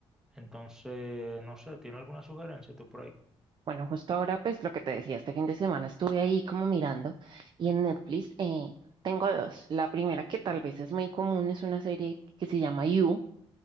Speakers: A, in the centre; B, on the right.
A: Entonces, no sé, ¿tiene alguna sugerencia tú por ahí?
B: Bueno, justo ahora, pues lo que te decía, este fin de semana estuve ahí como mirando y en Netflix eh, tengo dos. La primera que tal vez es muy común es una serie que se llama You.